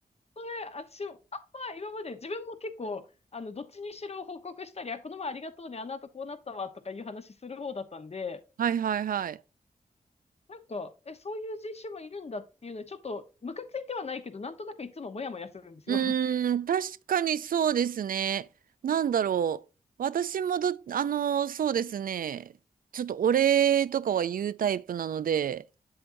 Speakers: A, on the left; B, on the right.
A: <laughs> 私も、あんま今まで自分も結構、あの、どっちにしろ報告したり、あ、この前ありがとうね、あの後こうなったわ、とかいう話する方だったんで、
B: はいはいはい。
A: なんか、え、そういう人種もいるんだっていうのに、ちょっと、ムカついてはないけど、なんとなくいつもモヤモヤするんですよ。
B: う
A: <laughs>
B: ーん、確かにそうですね。なんだろう。私もど、あの、そうですね。ちょっとお礼とかは言うタイプなので、